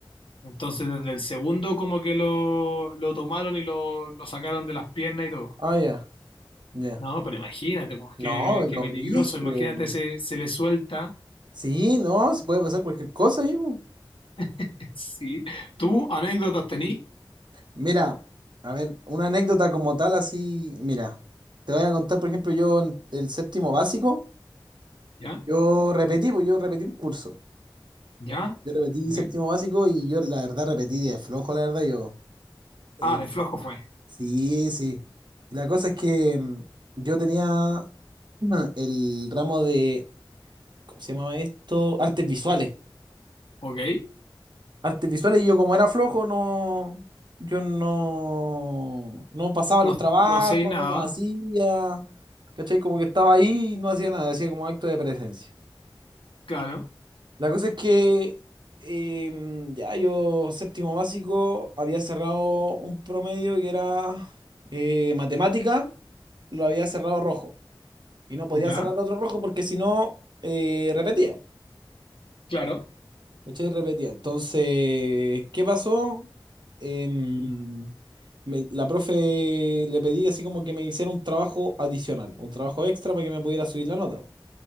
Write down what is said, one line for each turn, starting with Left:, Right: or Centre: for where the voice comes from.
Left: Entonces, desde el segundo, como que lo, lo tomaron y lo, lo sacaron de las piernas y todo.
Right: Ah, ya, ya.
Left: No, pero imagínate, pues,
Right: No,
Left: qué,
Right: pero
Left: qué peligroso.
Right: brígido.
Left: Imagínate, se, se le suelta.
Right: Sí, no, se puede pasar cualquier cosa, hijo.
Left: <laughs> Sí. ¿Tú anécdotas tení?
Right: Mira, a ver, una anécdota como tal, así, mira, te voy a contar, por ejemplo, yo en el séptimo básico,
Left: ¿Ya?
Right: yo repetí, pues yo repetí un curso.
Left: ¿Ya?
Right: Yo repetí
Left: Ok.
Right: séptimo básico y yo, la verdad, repetí de flojo, la verdad, yo. eh,
Left: Ah, de flojo fue.
Right: sí, sí. Y la cosa es que mm, yo tenía <clears throat> mm, el ramo de ¿cómo se llamaba esto? Artes visuales.
Left: Ok.
Right: Artes visuales y yo como era flojo, no, yo no, no pasaba
Left: No,
Right: los trabajos,
Left: no sé nada.
Right: no los hacía, ¿cachai? Como que estaba ahí y no hacía nada, hacía como acto de presencia.
Left: Claro.
Right: La cosa es que em, ya yo séptimo básico había cerrado un promedio que era eh, matemática, lo había cerrado rojo y no podía
Left: ¿Ya?
Right: cerrar otro rojo porque si no eh, repetía.
Left: Claro.
Right: ¿Cachai? Repetía. Entonces, ¿qué pasó? Em, me- la profe le pedí así como que me hiciera un trabajo adicional, un trabajo extra para que me pudiera subir la nota. po.